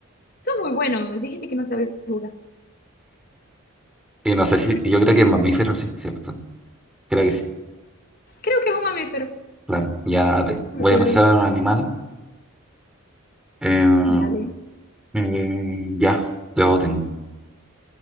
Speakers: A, on the left (about 45°); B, in the centre.
A: Son muy buenos, dijiste que no sabes jugar.
B: Y no sé si, yo creo que es mamífero, sí, ¿cierto? Creo que sí,
A: Creo que es un mamífero.
B: claro. Ya, de-
A: No
B: voy
A: me acuerdo.
B: a pensar en un animal. Eh,
A: Dale.
B: eh, ya, luego tengo.